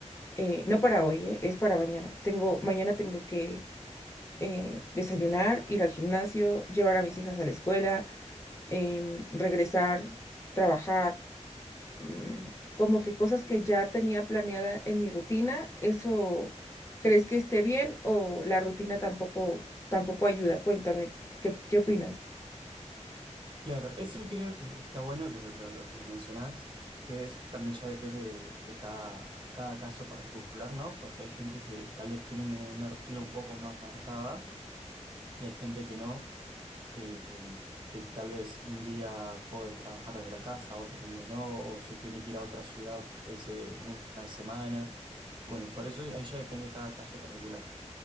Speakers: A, on the left; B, on the right.
A: eh, no para hoy, eh, es para mañana. Tengo, mañana tengo que eh, desayunar, ir al gimnasio, llevar a mis hijas a la escuela, em, regresar, trabajar, mm, como que cosas que ya tenía planeada en mi rutina, ¿eso crees que esté bien o la rutina tampoco, tampoco ayuda? Cuéntame, ¿qué, qué opinas?
B: Claro, eso creo que está bueno que lo, lo- lo que mencionás, que es también ya depende de, de cada, cada caso particular, ¿no? Porque hay gente que tal vez tiene una, una rutina un poco más marcada y hay gente que no, eh, que tal vez un día puede trabajar desde la casa, otro día no, o se tiene que ir a otra ciudad ese, una semana. Bueno, por eso ahí ya depende de cada caso particular.